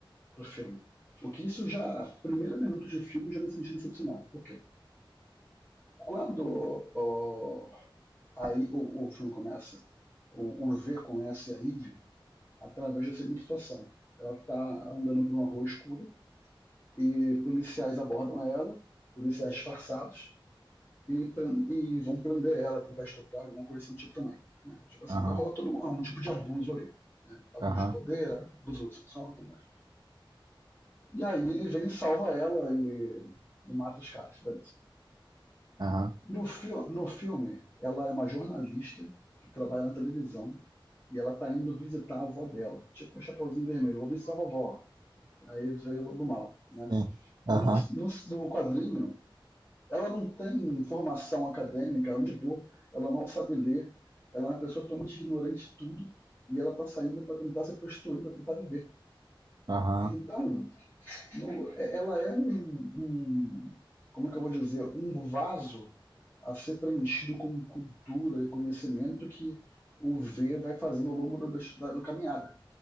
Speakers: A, on the left; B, on the right.
A: pro filme. O que isso já. Primeiro minuto de filme já me senti decepcionado. Por quê? Quando ó, aí, o, o filme começa, o, o V conhece a Eve através da seguinte situação. Ela tá andando por uma rua escura e policiais abordam ela, policiais disfarçados, e, e vão prender ela, tentar estuprar, alguma coisa assim do tipo também. Né? Tipo assim,
B: Aham,
A: vai rolar todo um, um tipo de abuso ali. Né? Abuso
B: aham,
A: de poder, abuso sexual, tudo mais. E aí ele vem e salva ela e, e mata os caras, beleza.
B: aham.
A: No, fi no filme, ela é uma jornalista que trabalha na televisão e ela tá indo visitar a avó dela. Tipo o Chapeuzinho Vermelho, vou visitar a avó. Aí veio o Lobo Mal. Né?
B: Sim.
A: No,
B: Aham,
A: no, no quadrinho, Ela não tem formação acadêmica, ela não estudou, ela mal sabe ler, ela é uma pessoa totalmente ignorante de tudo e ela está saindo para tentar se prostituir, para tentar viver.
B: aham,
A: Então, no, é, ela é um, um, como é que eu vou dizer, um vaso a ser preenchido com cultura e conhecimento que o V vai fazendo ao longo da, da, da caminhada.